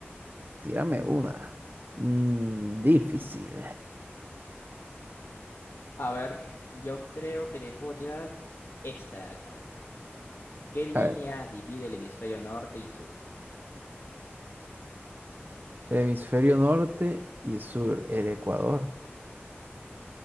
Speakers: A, on the right; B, on the left.
A: Tírame una. Mm, difícil.
B: A ver, yo creo que te puedo tirar esta de acá. ¿Qué línea
A: A ver.
B: divide el hemisferio norte y sur?
A: El hemisferio norte y sur, el Ecuador.